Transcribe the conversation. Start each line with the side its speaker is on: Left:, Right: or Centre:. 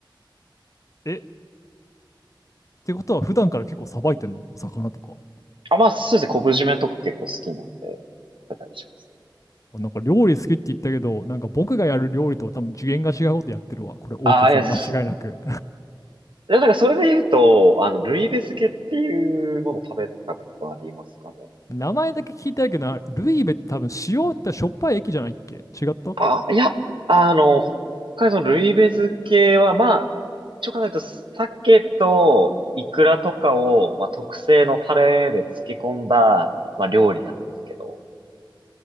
Left: え、ってことは、普段から結構さばいてんのお魚とか。
Right: あ、まあ、そうですね。昆布締めとか結構好きなんで、食べたりします。
Left: あなんか料理好きって言ったけど、なんか僕がやる料理とは多分次元が違うことやってるわ。これ、オーケーさん、
Right: ああ、いや、そう
Left: 間違いなく。
Right: でもなそれで言うと、あの、ルイベ漬けっていうものを食べたことありますかね。
Left: 名前だけ聞いたけどな、ルイベって多分塩ってしょっぱい駅じゃないっけ違った
Right: あ、いや、あの、北海道のルイベ漬けは、まあ、ちょ応考えると、鮭とイクラとかを、まあ、特製のタレで漬け込んだ、まあ、料理なんですけど、